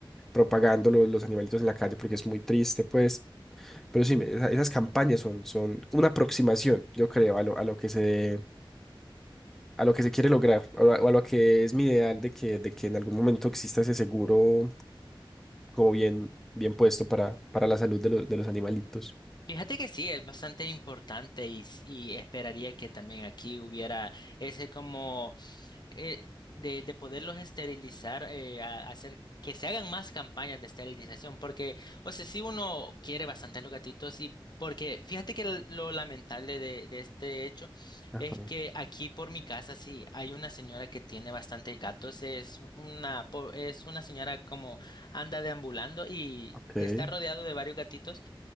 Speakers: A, in the centre; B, on the left.
A: propagando lo- los animalitos en la calle porque es muy triste, pues. Pero sí, me- esa- esas campañas son, son una aproximación, yo creo, a lo, a lo que se, a lo que se quiere lograr, o a, o a lo que es mi ideal de que, de que en algún momento exista ese seguro como bien, bien puesto para, para la salud de los, de los animalitos.
B: Fíjate que sí, es bastante importante y, s- y esperaría que también aquí hubiera ese como eh, de, de poderlos esterilizar, eh, a- hacer que se hagan más campañas de esterilización, porque, o sea, si uno quiere bastante los gatitos y porque fíjate que l- lo lamentable de, de este hecho
A: Ajá,
B: es que aquí por mi casa sí hay una señora que tiene bastantes gatos, es una, po- es una señora como anda deambulando y
A: ok.
B: está rodeado de varios gatitos.